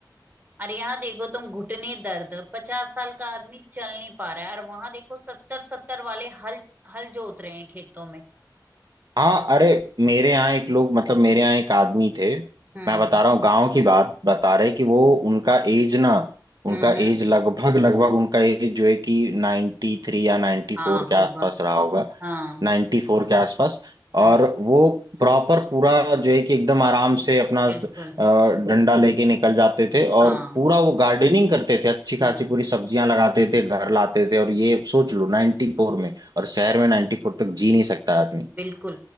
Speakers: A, on the right; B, on the right.
A: और यहाँ देखो तुम घुटने दर्द पचास साल का आदमी चल नहीं पा रहा है और वहां देखो सत्तर सत्तर वाले हल हल जोत रहे हैं खेतों में
B: हाँ अरे मेरे यहाँ एक लोग मतलब मेरे यहाँ एक आदमी थे
A: हम्म
B: मैं बता रहा हूँ गांव की बात बता रहे कि वो उनका एज ना उनका
A: हम्म हम्म
B: एज लगभग लगभग उनका एज जो है कि नाइन्टी थ्री या नाइन्टी
A: हाँ
B: फोर के
A: होगा
B: आसपास रहा होगा
A: हाँ
B: नाइन्टी फोर के आसपास और
A: हम्म
B: वो प्रॉपर पूरा जो है कि एकदम आराम से अपना अ,
A: बिल्कुल
B: डंडा लेके निकल जाते थे और
A: हाँ
B: पूरा वो गार्डनिंग करते थे अच्छी खासी
A: हम्म
B: पूरी सब्जियां लगाते थे घर लाते थे और ये सोच लो नाइन्टी फोर में और शहर में नाइन्टी फोर तक जी नहीं सकता आदमी
A: बिल्कुल